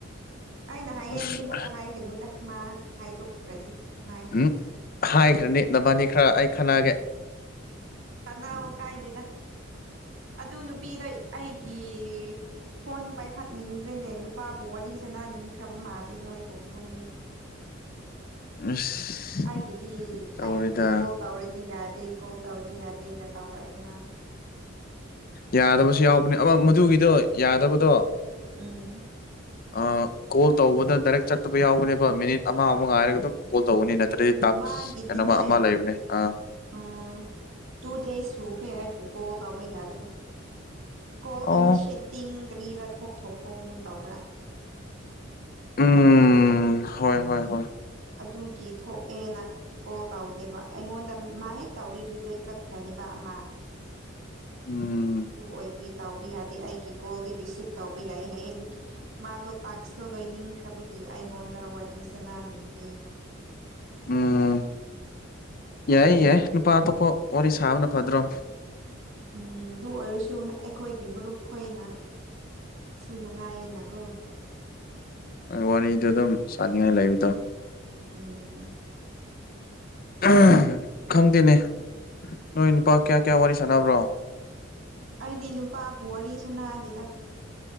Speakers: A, on the right (about 75°); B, on the left (about 45°).
A: ꯑꯩꯅ ꯍꯥꯏꯌꯦꯗꯤ
B: ꯑꯁ
A: ꯃꯨꯛꯀ ꯍꯥꯏꯒꯅꯨꯗ ꯃꯥ ꯍꯥꯏꯗꯣꯛꯇ꯭ꯔꯗꯤ ꯅꯨꯡꯉꯥꯏꯇꯦ
B: ꯎꯝꯍ ꯍꯥꯏꯈ꯭ꯔꯅꯤ ꯅꯕꯥꯅꯤ ꯈꯔ ꯑꯩ ꯈꯠꯅꯒꯦ
A: ꯇꯠꯅꯧꯋꯣ ꯀꯥꯏꯗꯦꯗ ꯑꯗꯨ ꯅꯨꯄꯤꯗꯣ ꯑꯩꯒꯤ ꯐꯣꯟ ꯄꯥꯏꯈꯠꯅꯤꯡꯗ꯭ꯔꯦꯅꯦ ꯅꯨꯄꯥꯕꯨ ꯋꯔꯤ ꯁꯅꯅꯤꯡꯈ꯭ꯔꯕ ꯃꯥꯜꯂꯦ ꯅꯣꯏꯒꯨꯝꯕ ꯃꯤ
B: ꯑꯁ
A: ꯑꯩꯒꯤꯗꯤ
B: ꯇꯧꯔꯦꯗ
A: ꯑꯩꯒꯤ ꯀꯣꯜ ꯇꯧꯔꯗꯤ ꯌꯥꯗꯦ ꯀꯣꯜ ꯇꯧꯔꯗꯤ ꯌꯥꯗꯦꯅ ꯇꯧꯔꯛꯑꯦ ꯃꯥꯗꯣ
B: ꯌꯥꯗꯕꯁꯨ ꯌꯥꯎꯕꯅꯤ ꯑꯃ ꯃꯗꯨꯒꯤꯗꯣ ꯌꯥꯗꯕꯗꯣ
A: ꯎꯝ
B: ꯑꯥ ꯀꯣꯜ ꯇꯧꯕꯗ ꯗꯥꯏꯔꯦꯛ ꯆꯠꯇꯕ ꯌꯥꯎꯕꯅꯦꯕ ꯃꯤꯅꯤꯠ ꯑꯃ ꯑꯃ ꯉꯥꯏꯔꯒ ꯑꯗꯨꯝ ꯀꯣꯜ ꯇꯧꯕꯅꯤꯅ ꯇ꯭ꯔꯤ ꯇꯥꯛꯁ
A: ꯃꯥꯒꯤꯗꯤꯅꯦ
B: ꯍꯥꯏꯅ ꯑꯃ ꯂꯩꯕꯅꯦ ꯑ
A: ꯎꯝ ꯇꯨ ꯗꯦꯖ ꯁꯨꯈ꯭ꯔꯦ ꯑꯩꯕꯨ ꯀꯣꯜ ꯇꯧꯕ ꯌꯥꯗꯕ ꯀꯣꯜ
B: ꯑꯣ
A: ꯏꯅꯤꯁꯦꯇꯤꯡ ꯀꯔꯤꯔꯥ ꯊꯣꯛ ꯊꯣꯛꯣꯛꯄꯒꯨꯝ ꯇꯧꯕ꯭ꯔꯥ
B: ꯎꯝ ꯍꯣꯏ ꯍꯣꯏ ꯍꯣꯏ
A: ꯑꯗꯨꯒꯤ ꯊꯣꯛꯑꯦꯅ ꯀꯣꯜ ꯇꯧꯗꯦꯕ ꯑꯩꯉꯣꯟꯗ ꯃꯥ ꯍꯦꯛ ꯇꯧꯔꯤ ꯔꯤꯖꯦꯛ ꯆꯠꯈ꯭ꯔꯅꯤꯕ ꯑꯃ
B: ꯎꯝ
A: ꯑꯗꯨ ꯑꯣꯏꯕꯒꯤ ꯇꯧꯕ ꯌꯥꯗꯦ ꯑꯩꯒꯤ ꯀꯣꯜꯗꯤ ꯔꯤꯁꯤꯞ ꯇꯧꯕ ꯌꯥꯏ ꯍꯥꯏꯌꯦ ꯑꯗꯨꯒꯤ ꯃꯥꯗꯣ ꯇꯥꯛꯁꯇꯣ ꯂꯣꯏꯅꯤꯡꯈ꯭ꯔꯕꯒꯤ ꯑꯩꯉꯣꯟꯗ ꯋꯥꯔꯤ ꯁꯅꯥꯅꯤꯡꯗꯦ
B: ꯎꯝ ꯌꯥꯏ ꯌꯥꯏ ꯅꯨꯄꯥ ꯑꯇꯣꯞꯄ ꯋꯥꯔꯤ ꯁꯥꯕꯅ ꯐꯗ꯭ꯔꯣ
A: ꯎꯝ ꯑꯗꯨ ꯑꯣꯏꯔꯁꯨ ꯑꯩꯈꯣꯏꯒꯤ ꯃꯔꯨꯞ ꯈꯣꯏꯅ ꯁꯨ ꯅꯨꯡꯉꯥꯏꯌꯦꯅꯀꯣ
B: ꯋꯥꯔꯤꯗꯨ ꯑꯗꯨꯝ ꯁꯥꯅꯤꯡꯉꯥꯏ ꯂꯩꯕꯗꯣ
A: ꯎꯝ
B: ꯑꯍꯝ ꯈꯪꯗꯦꯅꯦ ꯅꯣꯏ ꯅꯨꯄꯥ ꯀꯌꯥ ꯀꯌꯥ ꯋꯥꯔꯤ ꯁꯥꯟꯅꯕ꯭ꯔꯣ
A: ꯑꯩꯗꯤ ꯅꯨꯄꯥꯕꯨ ꯋꯥꯔꯤ ꯁꯅꯥꯗꯦꯗ